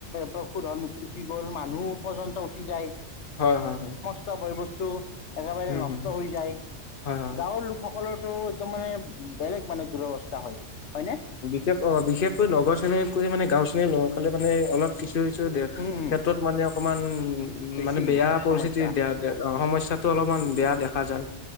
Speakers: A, on the left; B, on the left.
A: পশুধন উটি গ'ল মানুহ পৰ্যন্ত উটি যায়।
B: হয় হয় হয়।
A: চব বয় বস্তু একেবাৰে
B: উম
A: নষ্ট
B: হম
A: হৈ যায়।
B: হয় হয় হয়
A: গাঁৱৰ লোকসকলৰটো একদম মানে বেলেগ মানে দুৰৱস্থা হয়। হয় নে?
B: এতিয়া অ বিশেষকৈ নগৰ শ্ৰেণীত কৈ মানে গাঁওৰ শ্ৰেণীৰ লোকসকলে মানে অলপ কিছু কিছু
A: উম উম
B: ক্ষেত্ৰত মানে অকমান উম
A: বেছি
B: মানে বেয়া পৰিস্থিতি
A: সমস্যা।
B: দা অ সমস্যাটো অলপমান বেয়া দেখা যায়।